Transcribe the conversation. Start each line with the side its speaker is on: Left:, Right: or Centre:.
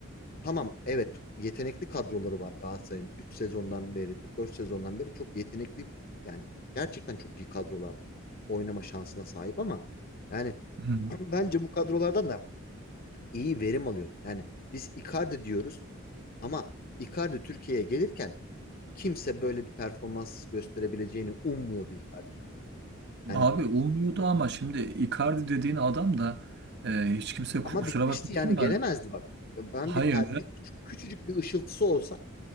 Left: Tamam evet yetenekli kadroları var Galatasaray'ın 3 sezondan beri 4 sezondan beri çok yetenekli yani gerçekten çok iyi kadrolarla oynama şansına sahip ama yani
Right: Hı hı.
Left: <clears throat> bence bu kadrolardan da iyi verim alıyor. Yani biz Icardi diyoruz ama Icardi Türkiye'ye gelirken kimse böyle bir performans gösterebileceğini ummuyordu Icardi'den. Yani
Right: Abi olmuyordu ama şimdi Icardi dediğin adam da e, hiç kimse ku-
Left: ama
Right: kusura
Left: bitmişti
Right: bakmasın
Left: yani gelemezdi
Right: da
Left: bak. Ben
Right: hayır
Left: bir, per- bir küçücük bir ışıltısı olsa